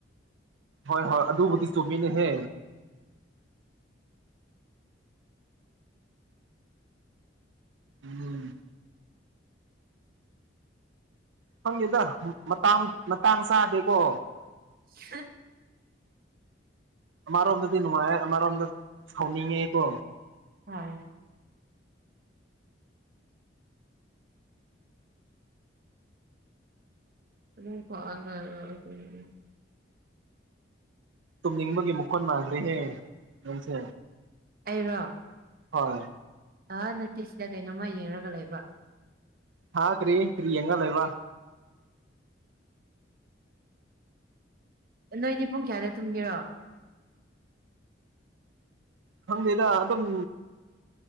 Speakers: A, on the right (about 80°); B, on the right (about 50°).
A: ꯍꯣꯏ-ꯍꯣꯏ ꯑꯗꯨꯕꯨꯗꯤ ꯆꯨꯝꯃꯤꯅꯦꯍꯦ꯫ ꯎꯝ꯫ ꯈꯪꯗꯦꯗ ꯃꯇꯥꯡ ꯃꯇꯥꯡ ꯆꯥꯗꯦꯀꯣ꯫
B: <unintelligible>
A: ꯑꯃꯔꯣꯝꯗꯗꯤ ꯅꯨꯡꯉꯥꯏꯑꯦ ꯑꯃꯔꯣꯝꯗ ꯁꯥꯎꯅꯤꯡꯉꯦꯀꯣ꯫
B: ꯍꯣꯏ꯫ <inaudible>
A: ꯇꯨꯝꯅꯤꯡꯕꯒꯤ ꯃꯥꯈꯣꯟ ꯃꯥꯅꯈ꯭ꯔꯦꯍꯦ ꯅꯪꯁꯦ꯫
B: ꯑꯩꯔꯣ꯫
A: ꯍꯣꯏ꯫
B: ꯑꯥ ꯅꯠꯇꯦ ꯁꯤꯗ ꯀꯩꯅꯣꯝꯃ ꯌꯦꯡꯔꯒ ꯂꯩꯕ꯫
A: ꯍꯥꯥ ꯀ꯭ꯔꯤ ꯀ꯭ꯔꯤ ꯌꯦꯡꯔ ꯂꯩꯕ꯫
B: ꯅꯣꯏꯗꯤ ꯄꯨꯡ ꯀꯌꯥꯗ ꯇꯨꯝꯒꯦꯔꯣ꯫
A: ꯈꯪꯗꯦꯗ ꯑꯗꯨꯝ